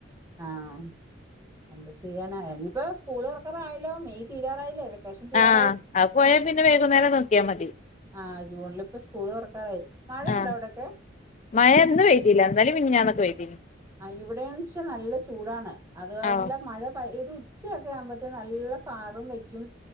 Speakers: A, on the right; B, on the left.
A: ആഹ് എന്ത് ചെയ്യാനാ ഇന്നിപ്പോ സ്കൂൾ തൊറക്കറായാല്ലൊ മെയ് തീരാറായില്ലെ വെ ക്കേഷൻതീരാ
B: ആഹ് അത് പോയാ പിന്നെ വൈകുന്നേരം നോക്കിയാമതി
A: ആഹ് ജൂണിലിപ്പ സ്കൂള് തുറക്കാറായി മഴയുണ്ടോ
B: ആ
A: അവിടൊക്കെ
B: മഴ ഇന്ന് പെയ്തില്ല ഇന്നലേം മിന്നാന്നൊക്കെ പെയ്തീനി.
A: ആ ഇവിടെന്ന് വെച്ചാ നല്ല ചൂടാണ് അത് നല്ല
B: ആ
A: മഴ പ ഒരു ഉച്ചയൊക്കെ ആകുമ്പോത്തെ നല്ല കാറും വെക്കും